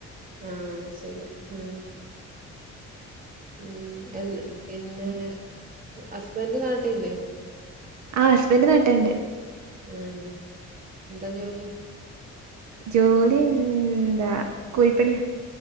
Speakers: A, on the right; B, on the right.
A: ആഹ് ശരി ഉം ഉം എഹ് പിന്നെ ഹസ്ബൻഡ് നാട്ടിലില്ലെ
B: ആഹ് ഹസ്ബൻഡറ് നാട്ടിലുണ്ട്
A: ആഹ് എന്താ ജോലി
B: ജോലി എന്താ കൂലിപ്പണി